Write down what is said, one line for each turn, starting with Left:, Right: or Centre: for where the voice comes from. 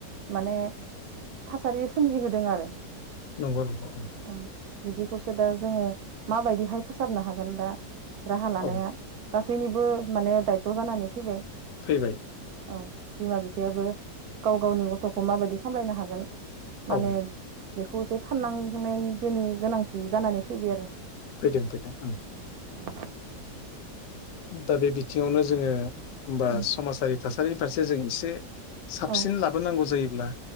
Right: माने थासारि सोमजिहोदों आरो
Left: नंगौ नंगौ
Right: औ बिदिखौसो दा जोङो माबायदिहाय फोसाबनो हागोन दा राहा लानाया
Left: औ
Right: गासैनिबो माने दायथ' जानानै फैबाय
Left: थैबाय
Right: औ बिमा बिफायाबो गाव गावनि गथ'खौ माबायदि सामलायनो हागोन माने
Left: औ
Right: बेखौसो साननांनांगौनि गोनांथि जानानै फैबाय आरो
Left: फैदों फैदों ओं
Right: औ
Left: दा बे बिथिङावनो जोङो होनबा
Right: उम
Left: समाजारि थासारिनि फारसे जों एसे साबसिन
Right: औ
Left: लाबोनांगौ जायोब्ला